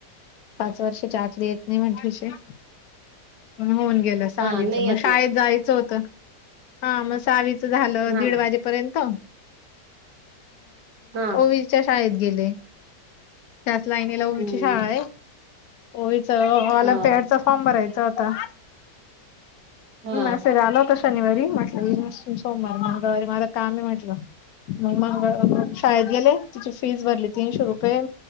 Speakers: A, on the left; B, on the right.
A: पाच वर्षाच्या आतली येत नाही ठशे मग होऊन गेल सावीच
B: हा, नाही येत
A: म शाळेत
B: ना
A: जायचं होतं हा म सावीच् झालं
B: हा
A: दीड वाजे पर्यंत
B: हा
A: ओवीच्या शाळेत गेले त्याच लाईनीला ओवीची
B: हम्म
A: शाळा आहे ओविच वाला
B: हा
A: त्याच चा फॉर्म भरायचा होता
B: हा.
A: मेसेज आला शनिवारी म्हटलं सोमवारी मंगळवारी मला काम आहे म्हटलं मग मंगळ शाळेत गेले तिची फीस भरली तीनशे रुपये-